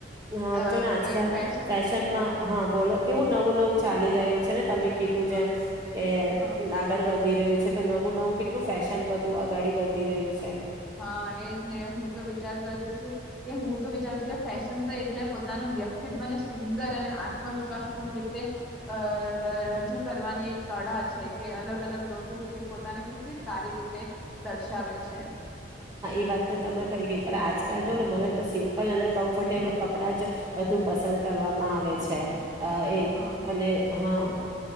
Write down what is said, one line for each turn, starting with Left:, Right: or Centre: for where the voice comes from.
Right: હા,
Centre: અ
Right: જો ને આજકાલ
Centre: કે ફેશન
Right: ફેશનમાં હા, બોલો. કેવું નવું નવું ચાલી રહ્યું છે ને, તમે કીધું જેમ. કે
Centre: હા
Right: આગળ વધ વધી રહ્યું છે, તો નવું નવું કેટલું ફેશન બધું અગાડી વધી રહ્યું છે.
Centre: હા, એ જ ને. હું તો વિચાર કરું છું કે, હું તો વિચાર એટલે ફેશન તો એટલે પોતાનું વ્યક્તિત્વને સુંદર અને આત્મવિશ્વાસપૂર્ણ રીતે અહ રજૂ કરવાની એક કળા છે, કે અલગ અલગ લોકો કે પોતાને કેટલી સારી રીતે દર્શાવે છે.
Right: હા, એ વાત તો તમે ખરી કીધી, પર આજકાલ જો ને મને તો સિમ્પલ અને કમ્ફર્ટેબલ કપડાંજ બધુ પસંદ કરવામાં આવે છે. અ એ
Centre: હા
Right: અને હા.